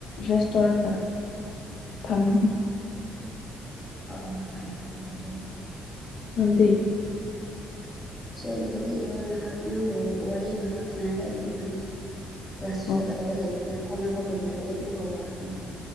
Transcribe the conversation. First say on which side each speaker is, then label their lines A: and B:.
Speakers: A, on the left; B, on the left.
A: ꯔꯦꯁ ꯇꯧꯔꯒ ꯊꯃꯤꯅꯤ
B: ꯑꯣ ꯐꯔꯦ ꯐꯔꯦ ꯑꯗꯨꯗꯤ
A: ꯑꯗ
B: ꯑꯗꯨ ꯏꯔꯒ ꯉꯥꯏꯍꯥꯛ ꯅꯪꯕꯨ ꯋꯥꯔꯤ ꯉꯥꯏꯍꯥꯛꯇꯪ ꯁꯥꯟꯅꯔꯒ ꯑꯩ ꯀꯨꯝꯔꯒꯦ ꯀ꯭ꯂꯥꯁꯁ
A: ꯑꯣ
B: ꯆꯀꯗꯧꯕ ꯂꯩꯕꯅꯤꯅ ꯐꯥꯎꯅꯕ ꯀꯨꯏ꯭ꯔꯒꯤ ꯑꯗꯨꯝ ꯀꯧ ꯇꯔꯒꯨꯝ